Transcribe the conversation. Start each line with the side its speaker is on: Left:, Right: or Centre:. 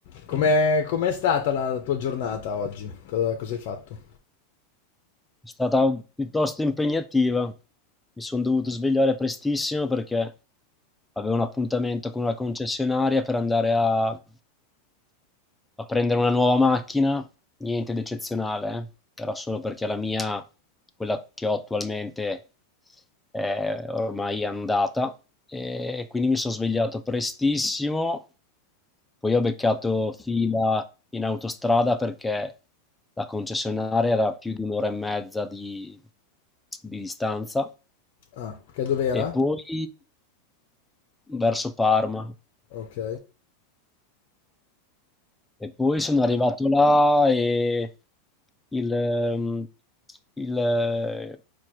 Left: Com'è, com'è stata la tua giornata oggi? Cosa, cosa hai fatto?
Centre: È stata piuttosto impegnativa. Mi sono dovuto svegliare prestissimo perché avevo un appuntamento con una concessionaria per andare a, a prendere una nuova macchina. Niente di eccezionale, eh. Era solo perché la mia, quella che ho attualmente, è ormai andata. E quindi mi sono svegliato prestissimo poi ho beccato fila in autostrada perché la concessionaria era a più di un'ora e mezza di, di distanza
Left: Ah, che dov'era?
Centre: e poi verso Parma.
Left: Ok.
Centre: E poi sono arrivato là e il, ehm, il, eh,